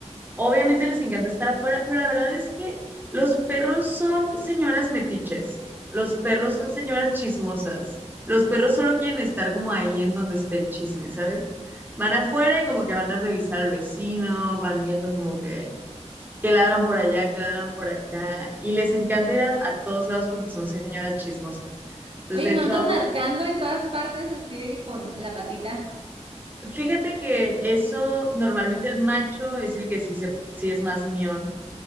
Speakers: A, on the right; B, on the right.
A: obviamente les encanta estar afuera, pero la verdad es que los perros son señoras metiches, los perros son señoras chismosas, los perros solo quieren estar como ahí en donde esté el chisme, ¿sabes? Van afuera y como que van a revisar al vecino, van viendo como que, que ladran por allá, que ladran por acá, y les encanta ir a, a todos lados porque son señoras chismosas. Entonces,
B: Oye,
A: de hecho,
B: no andan marcando en todas partes, así de que con la patita.
A: Fíjate que eso, normalmente el macho es el que sí, se, sí es más mión